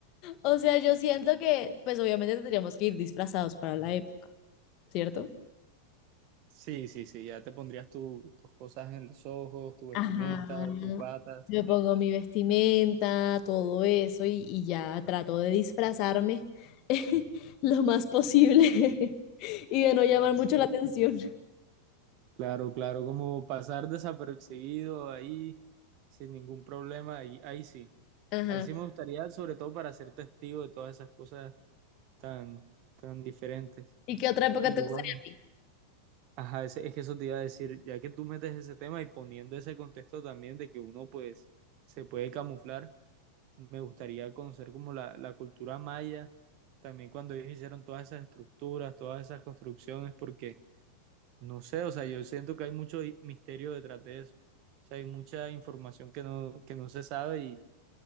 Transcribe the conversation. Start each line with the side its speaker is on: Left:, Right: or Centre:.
Left: O sea, yo siento que, pues obviamente tendríamos que ir disfrazados para la época, ¿cierto?
Right: Sí, sí, sí, ya te pondrías tu- tus cosas en los ojos, tu vestimenta,
Left: Ajá,
Right: tus patas.
Left: Me pongo mi vestimenta, todo eso, y, y ya trato de disfrazarme <laughs> lo más posible <laughs> y de no llamar mucho la atención.
Right: Claro, claro, como pasar desapercibido ahí sin ningún problema, ahí, ahí sí.
Left: Ajá.
Right: Ahí sí me gustaría, sobre todo para ser testigo de todas esas cosas tan, tan diferentes.
Left: ¿Y qué otra época
Right: Y
Left: te gustaría
Right: bueno.
Left: a ti?
Right: Ajá, es, es que eso te iba a decir, ya que tú metes ese tema y poniendo ese contexto también de que uno pues se puede camuflar, me gustaría conocer como la, la cultura maya, también cuando ellos hicieron todas esas estructuras, todas esas construcciones, porque no sé, o sea, yo siento que hay mucho i- misterio detrás de eso, o sea, hay mucha información que no, que no se sabe y,